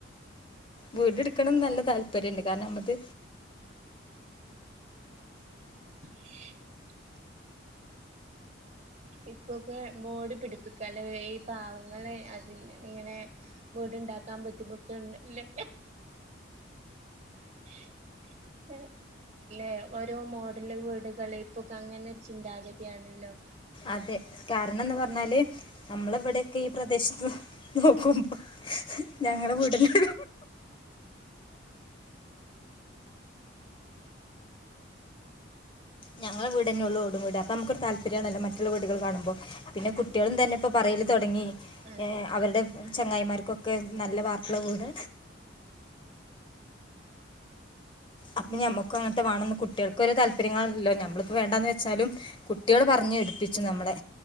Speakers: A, on the left; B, on the right.
A: വീട് എടുക്കണം നല്ല താല്പര്യംണ്ട് കാരണം നമ്മള്ത്
B: <inaudible> ഇപ്പൊക്കെ മോഡി പിടിപ്പിക്ക അല്ലെ ഈ പാവങ്ങള് അതിൽ ഇങ്ങനെ വീട്ണ്ടാക്കാൻ ബുദ്ധിമുട്ട്ണ്ട്ല്ല <inaudible> അല്ലെ ഓരോ മോഡല് വീടുകള് ഇപ്പൊക്ക അങ്ങനൊരു ചിന്താഗതിയാണല്ലോ
A: അതെ കാരണം എന്ന് പറഞ്ഞാല് നമ്മളെവിടെയൊക്കെ ഈ പ്രദേശത്ത് നോക്കും ഞങ്ങള വീടന്നെ ഞങ്ങളെ വീടന്നെ ഉള്ളൂ ഇവിടെ അപ്പ നമക്കൊരു താല്പര്യാണല്ലൊ മറ്റുള്ള വീടുകള് കാണുമ്പോ പിന്നെ
B: അതെ
A: കുട്ടികളും തന്നെ ഇപ്പോൾ പറയൽ തുടങ്ങി
B: അതെ
A: അവരുടെ ചങ്ങായിമാർക്കൊക്കെ നല്ല വാർ പുള്ള വീട് അപ്പൊ ഞമ്മക്ക അങ്ങനത്തെ വേണംന്ന് കുട്ടികൾക്കൊരു താല്പര്യങ്ങളാണല്ലോ ഞമ്മളിപ്പോ വേണ്ടാന്ന് വെച്ചാലും കുട്ടികൾ പറഞ്ഞു എടുപ്പിച്ചു നമ്മളെ